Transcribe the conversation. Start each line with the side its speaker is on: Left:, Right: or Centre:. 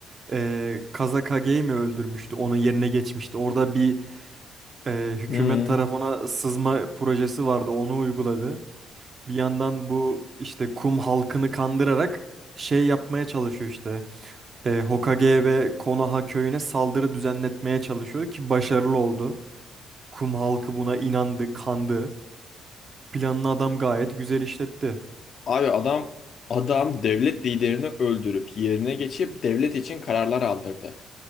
Right: e, Kazakage'yi mi öldürmüştü? Onun yerine geçmişti. Orada bir e, hükümet
Left: Hmm.
Right: tarafına sızma projesi vardı. Onu uyguladı. Bir yandan bu işte kum halkını kandırarak şey yapmaya çalışıyor işte. E, Hokage ve Konoha köyüne saldırı düzenletmeye çalışıyor ki başarılı oldu. Kum halkı buna inandı, kandı. Planını adam gayet güzel işletti.
Left: Abi adam adam devlet liderini öldürüp yerine geçip devlet için kararlar aldırdı.